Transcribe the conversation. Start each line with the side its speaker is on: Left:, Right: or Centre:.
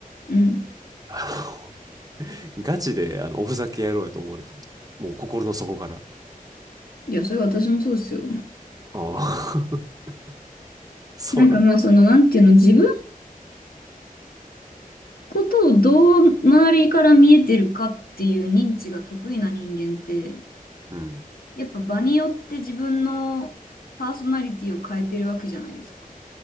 Left: うん。
Right: あのガチで、あの、おふざけ野郎やと思われてると思う。もう心の底から。
Left: いや、それ私もそうですよ。
Right: ああ <laughs> そうな。
Left: なんかまあその、なんていうの、自分ことをどう周りから見えてるかっていう認知が得意な人間って、
Right: うん。
Left: やっぱ場によって自分のパーソナリティを変えてるわけじゃないですか。